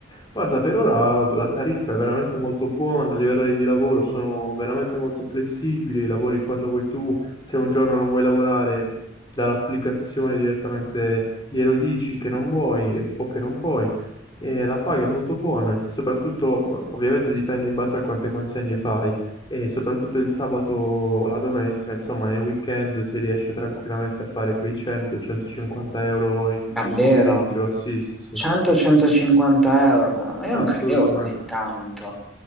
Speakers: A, on the left; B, in the centre.
A: Guarda, per ora la tariffa è veramente molto buona, gli orari di lavoro sono veramente molto flessibili, lavori quando vuoi tu, se un giorno non vuoi lavorare, dall'applicazione direttamente glielo dici che non vuoi eh, o che non puoi, e la paga è molto buona, soprattutto eh, ovviamente dipende in base a quante consegne fai, e soprattutto il sabato o la domenica, insomma nel weekend si riesce tranquillamente a fare quei 100-150 euro in, in
B: Davvero?
A: un pomeriggio, sì sì sì,
B: 100-150 euro, ma, ma io
A: assolutamente.
B: non credevo così tanto.